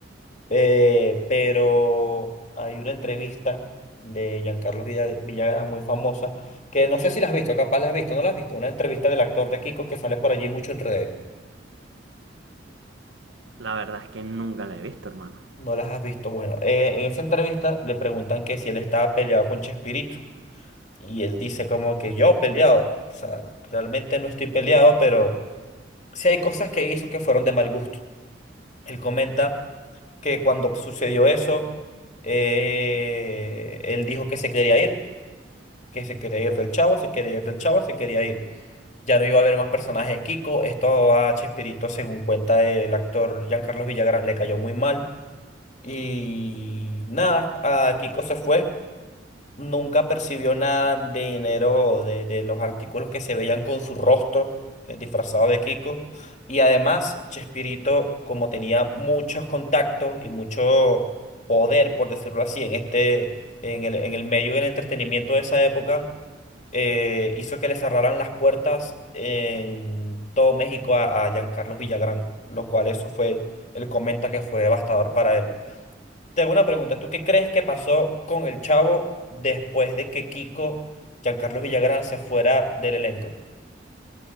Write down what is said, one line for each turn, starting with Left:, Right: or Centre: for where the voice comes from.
Left: eh, pero hay una entrevista de Giancarlo Villa- Villagrán muy famosa, que no sé si la has visto, capaz la has visto, no la has visto, una entrevista del actor de Kiko que sale por allí mucho en redes.
Right: La verdad es que nunca la he visto, hermano.
Left: No las has visto. Bueno, eh, en esa entrevista le preguntan que si él estaba peleado con Chespirito. Y él dice como que yo peleado, o sea, realmente no estoy peleado, pero sí hay cosas que hizo que fueron de mal gusto. Él comenta que cuando sucedió eso, eh, él dijo que se quería ir, que se quería ir del Chavo, se quería ir del Chavo, se quería ir. Ya no iba a haber más personajes de Kiko. Esto a Chespirito, según cuenta el actor Giancarlo Villagrán, le cayó muy mal. Y nada, a Kiko se fue. Nunca percibió nada de dinero de, de los artículos que se veían con su rostro eh, disfrazado de Kiko. Y además, Chespirito, como tenía muchos contactos y mucho poder, por decirlo así, en este, en el, en el medio del entretenimiento de esa época, eh, hizo que le cerraran las puertas en todo México a, a Giancarlos Villagrán, lo cual eso fue, él comenta que fue devastador para él. Te hago una pregunta. ¿Tú qué crees que pasó con el Chavo después de que Kiko, Giancarlo Villagrán, se fuera del elenco?